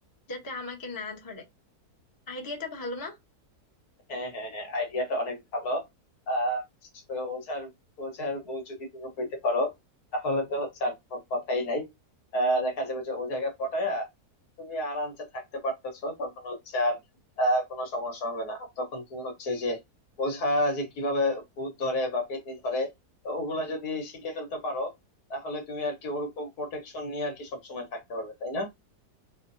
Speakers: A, on the left; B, on the left.
A: যাতে আমাকে না ধরে আইডিয়াটা ভালো না
B: হ্যাঁ হ্যাঁ হ্যাঁ আইডিয়াটা অনেক ভালো আহ বিশেষ করে ওঝার ওঝার বউ যদি তুমি হইতে পারো তাহলে তো হচ্ছে আর কোনো কথাই নাই আহ দেখা যাবে যে ও জায়গায় পটায়া তুমি আরামসে থাকতে পারতেছো তখন হচ্ছে আর আহ, কোনো সমস্যা হবে না তখন তুমি হচ্ছে যে ওঝা যে কিভাবে ভূত ধরে বা পেতনি ধরে তো ওগুলা যদি শিখে ফেলতে পারো তাহলে তুমি আর কি ওরকম প্রোটেকশন নিয়ে আর কি সবসময় থাকতে পারবে তাই না